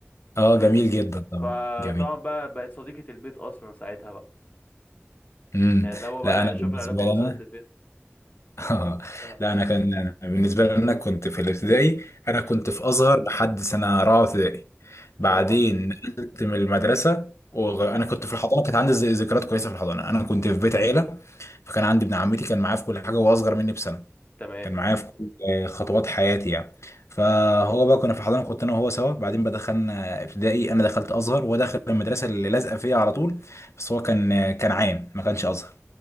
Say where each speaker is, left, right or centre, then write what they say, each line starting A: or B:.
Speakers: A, on the left (about 85°); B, on the left (about 35°).
A: اه
B: بس
A: جميل جدا طبعا
B: فطبعا
A: جميل
B: بقى بقت صديقة البيت اصلا ساعتها بقى
A: امم
B: يعني لو بقى
A: لا
B: الع-
A: انا
B: شوف
A: بالنسبه
B: العلاقة
A: لي
B: وصلت
A: انا
B: لفين
A: <laughs> اه
B: اه
A: لا انا كان أنا بالنسبه لي انا كنت في الابتدائي انا
B: امم
A: كنت في ازهر لحد سنه رابعه ابتدائي بعدين
B: رابعة
A: نقلت من المدرسه وانا
B: امم
A: كنت في الحضانه كانت عندي ذ- ذكريات كويسه في الحضانه انا كنت في بيت عيله فكان عندي ابن عمتي كان معايا في كل حاجه وهو اصغر مني بسنه
B: تمام
A: كان معايا في كل خطوات حياتي يعني فهو بقى كنا في الحضانه كنت انا وهو سوا بعدين بقى دخلنا ابتدائي انا دخلت ازهر وهو دخل المدرسه اللي لازقه فيها على طول بس هو كان كان عام ما كانش ازهر